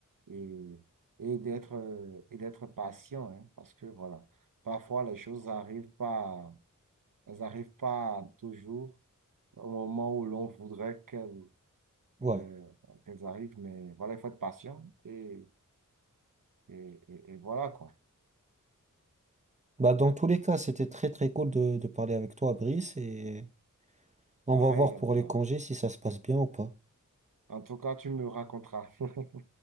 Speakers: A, on the right (about 80°); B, on the right (about 20°).
A: et, et d'être euh, et d'être patient, hein, parce que voilà, parfois les choses arrivent pas, elles arrivent pas toujours au moment où l'on voudrait qu'elles
B: Ouais.
A: euh, qu'elles arrivent, mais voilà, il faut être patient et, et, et, et voilà quoi.
B: Bah, dans tous les cas, c'était très très cool de, de parler avec toi, Brice, et on
A: Pareil,
B: va voir pour
A: Hamza.
B: les congés si ça se passe bien ou pas.
A: En tout cas, tu me raconteras. <laughs>